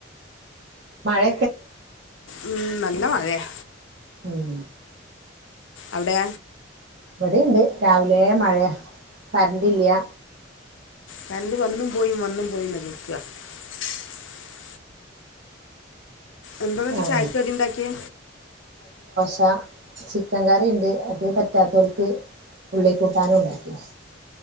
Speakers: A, on the right; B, on the left.
A: മഴ
B: ഉം നല്ല മഴയാ
A: ഉം
B: അവിടെ
A: ഇവിടേണ്ട് രാവിലെ മഴയാ കരണ്ടില്ല
B: കറണ്ട് വന്നും <unintelligible> എന്തന്നിട്ട്
A: ആഹ്
B: ചായക്ക് കടിണ്ടാക്കിയേ
A: പ ചിക്കൻ കറീണ്ട് അത് പറ്റാത്തോർക്ക് ഉള്ളി കൂട്ടാനും ഉണ്ടാക്കി